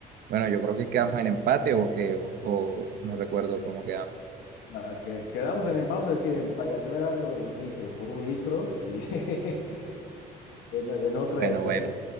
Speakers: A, on the right (about 60°); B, on the left (about 80°).
A: Bueno, yo creo que quedamos en empate o que, o, o no recuerdo cómo quedamos.
B: Ah, que, quedamos en, en- vamos a decir, en, pa- ya te voy a dar lo de los litros por un litro y <laughs> en, en otra
A: Bueno,
B: es
A: bueno.
B: en-